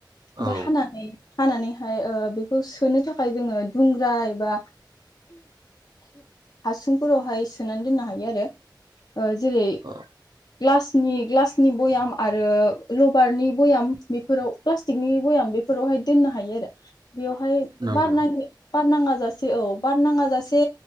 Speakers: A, on the right; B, on the left.
A: औ
B: बा हानानै। हानानैहाय ओ बेखौ सु सोनो थाखाय जोङो दुंग्रा एबा हासुंफोरावहाय सोनानै दोन्नो हायो आरो। ओ जेरै-
A: औ
B: ग्लासनि ग्लासनि बयाम आरो लबारनि बयाम बेफोराव प्लास्टिकनि बयाम बेफोरावहाय दोन्नो हायो आरो बेयावहा बार
A: नंगौ
B: नाङो बार नाङा। जासे औ बार नाङा जासे